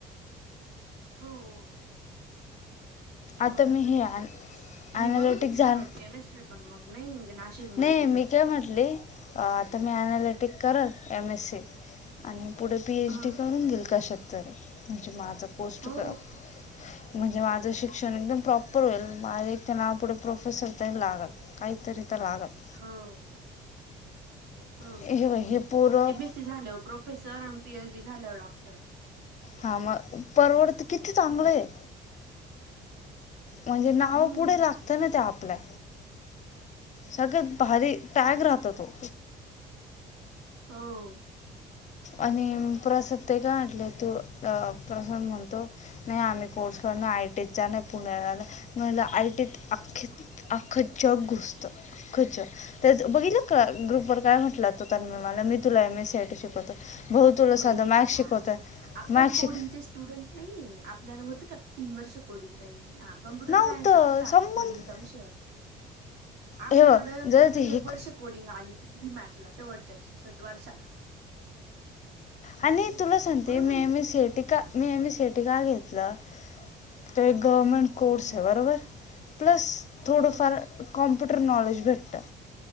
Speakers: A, on the right; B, on the left.
A: हो, हो, <inaudible>
B: आता
A: म
B: मी हे
A: ते
B: ॲन
A: मी
B: ॲनालिटिक
A: बघत होते
B: झाल
A: ड्रॉप केमिस्ट्री पण मग नाही <inaudible>
B: नाही
A: कुठंच
B: मी काय म्हटले, आता मी अनालिटिक करत एम एस सी. आणि पुढे पी एच
A: हा
B: डी करून घेल काशत्तरी म्हणजे माचा पोस्ट
A: हो
B: क म्हणजे माझं शिक्षण एकदम प्रॉपर होईल. माझे नाव पुढे प्रोफेसर लागत. काहीतरीत <inaudible> रागत
A: हो. हो
B: हे हे पोरं
A: एम एस सी झाल्या प्रोफेसर आणि पीएच डी झाल्या डॉक्टर.
B: हा मग परवडत किती चांगलं आहे. म्हणजे नाव
A: हम्म
B: पुढे लागत ना त्या आपल्या सगळ्यात भारी. टॅग राहतो तो.
A: हो.
B: आणि प्रसाद ते काय <inaudible> म्हटलंय तू अ प्रसान म्हणतो. नाही आम्ही कोर्स कर नाही आयटीत जाण पुण्यालाला म्हला आयटीत अख्खे <inaudible> अखचक घुसत <inaudible> अखच त्याच बघितला का ग्रुपवर काय म्हटलं त त्यांमुळे मला मी तुला ए मी सट शिकवतो. भाऊ तुला
A: <inaudible> डेते
B: साधं मॅथ्स
A: का
B: शिकवतोय
A: आपण
B: मॅथ्स
A: <inaudible> कोडं
B: शिक
A: स्टुडंट नाही आपल्याला होत का तीन वर्ष <inaudible> अकॉर्डिंग काही ह. <inaudible> प
B: नव्हतं
A: <inaudible> असतातडंग
B: संबंध
A: विषय आपल्याकड
B: हे बघ जर
A: फक्त
B: ते
A: एक
B: हे
A: वर्ष कोडिंग आली ती बी मॅथला शेवटच्या <inaudible> वर्षाला
B: आणि तुला सती
A: बरोबर
B: <inaudible> मेह
A: ना
B: मी <inaudible> शेटिक मी एम सीटी का घेतलं. तो एक गव्हर्मेंट कोर्स
A: हम्म
B: आहे बरोबर. प्लस
A: हो
B: थोडंफार <inaudible> कॉं्प्युटर नॉलेज भेटतं.